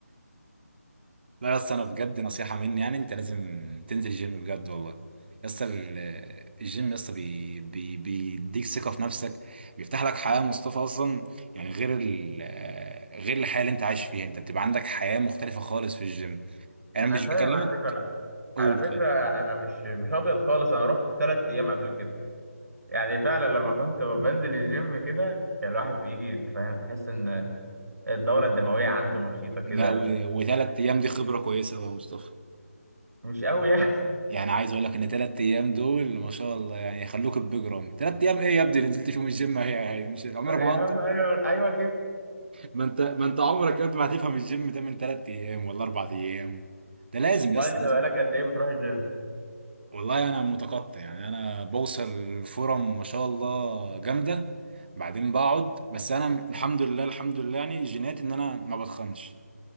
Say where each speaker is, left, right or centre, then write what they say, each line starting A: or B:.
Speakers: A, on the right (about 40°); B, on the right (about 75°).
A: لا يا اسطى انا بجد نصيحه مني يعني انت لازم تنزل الجيم بجد والله يا اسطى ال- الجيم يا اسطى بي- بي- بيديك ثقه في نفسك بيفتح لك حياه مصطفى اصلا يعني غير ال غير الحياه اللي انت عايش فيها انت بتبقى عندك حياه مختلفه خالص في الجيم انا
B: انا
A: مش
B: فاهم
A: بكلمك
B: على فكره انا
A: قول
B: على فكره
A: اتفضل
B: انا انا مش مش ابيض خالص انا رحت ثلاث ايام قبل كده يعني فعلا لما كنت بنزل الجيم كده كان الواحد بيجي أنت فاهم تحس ان الدوره الدمويه عنده نشيطه كده
A: لا و- وثلاث ايام دي خبره كويسه قوي يا مصطفى
B: مش قوي يعني <laughs>
A: يعني عايز اقول لك ان تلات ايام دول ما شاء الله يعني يخلوك بجرام تلات ايام ايه يا ابني اللي نزلت فيهم الجيم هي هي مش عمرك
B: يا
A: ما
B: عم
A: انت
B: ايوه ايوه كده
A: ما انت ما انت عمرك يا ابني ما هتفهم الجيم ده من تلات ايام ولا اربع ايام ده لازم
B: ما
A: يا اسطى
B: انت بقالك
A: لازم
B: قد ايه بتروح الجيم
A: والله انا متقطع يعني انا بوصل فرم ما شاء الله جامده بعدين بقعد بس انا الحمد لله الحمد لله يعني جيناتي ان انا ما بتخنش